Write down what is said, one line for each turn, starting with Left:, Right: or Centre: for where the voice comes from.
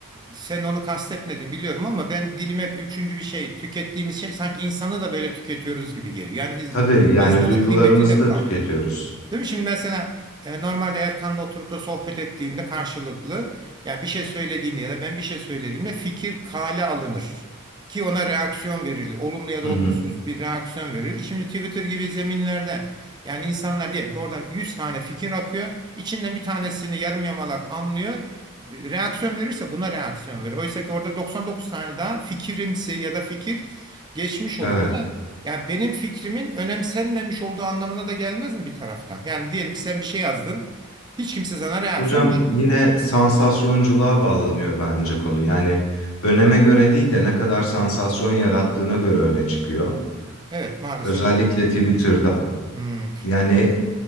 Right: sen onu kastetmedin biliyorum ama ben dilime üçüncü bir şey tükettiğimiz şey sanki insanı da böyle tüketiyoruz gibi geliyor. Yani iz-
Left: Tabii yani
Right: insana
Left: duygularımızı
Right: kıymeti de
Left: da
Right: kalmıyor.
Left: tüketiyoruz.
Right: Değil mi? Şimdi mesela e, normalde Erkan'la oturup da sohbet ettiğimde karşılıklı ya bir şey söylediğinde ya da ben bir şey söylediğimde fikir kale alınır. Ki ona reaksiyon verilir. Olumlu ya da
Left: Hı
Right: olumsuz
Left: hı.
Right: bir reaksiyon verilir. Şimdi Twitter gibi zeminlerde yani insanlar diyelim ki orada 100 tane fikir akıyor. İçinden bir tanesini yarım yamalak anlıyor. E, Reaksiyon verirse buna reaksiyon verir. Oysa ki orada 99 tane daha fikirimsi ya da fikir geçmiş
Left: Evet.
Right: oluyor. Ya benim fikrimin önemsenmemiş olduğu anlamına da gelmez mi bir taraftan? Yani diyelim ki sen bir şey yazdın. Hiç kimse sana reaksiyon
Left: Hocam
Right: vermedi.
Left: yine sansasyonculuğa bağlanıyor bence konu. Yani öneme göre değil de ne kadar
Right: Hmm.
Left: sansasyon yarattığına göre öne çıkıyor.
Right: Evet maalesef
Left: Özellikle
Right: öyle bir şey.
Left: Twitter'da.
Right: Hmm.
Left: Yani